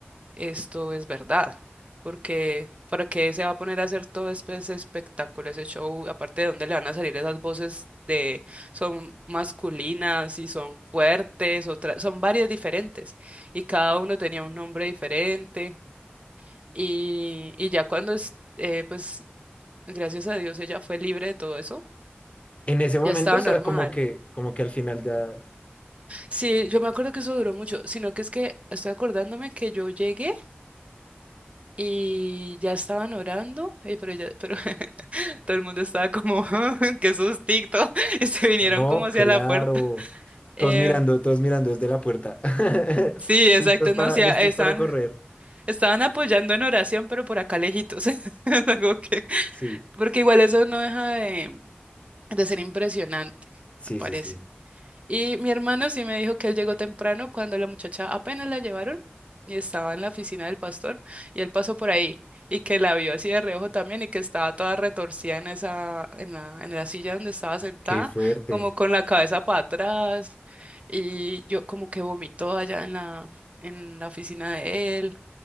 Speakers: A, on the right; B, on the left.
A: esto es verdad. Porque, ¿para qué se va a poner a hacer todo este- ese espectáculo, ese show? Aparte de dónde le van a salir esas voces de, son masculinas y son fuertes, otras, son varias diferentes. Y cada uno tenía un nombre diferente. Y, y ya cuando, es- eh, pues, gracias a Dios, ella fue libre de todo eso,
B: En ese
A: ya
B: momento,
A: estaba
B: o sea,
A: normal.
B: como que, como que al final da
A: Sí, yo me acuerdo que eso duró mucho, sino que es que estoy acordándome que yo llegué y ya estaban orando, eh, pero, ya, pero <laughs> todo el mundo estaba como, <laughs> "Ah, qué sustito, <laughs> y se vinieron
B: No,
A: como hacia
B: claro.
A: la puerta. Em,
B: Todos mirando, todos mirando desde la puerta. <laughs>
A: sí, exacto,
B: Listos para,
A: no, o sea,
B: listos
A: estaban,
B: para correr.
A: estaban apoyando en oración, pero por acá lejitos, <laughs> es algo que,
B: Sí,
A: porque igual eso no deja de, de ser impresionante,
B: sí,
A: me parece.
B: sí, sí.
A: Y mi hermano sí me dijo que él llegó temprano cuando la muchacha apenas la llevaron y estaba en la oficina del pastor y él pasó por ahí y que la vio así de reojo también y que estaba toda retorcida en esa, en la, en la silla donde estaba sentada,
B: Qué fuerte.
A: como con la cabeza para atrás y yo como que vomitó allá en la, en la oficina de él.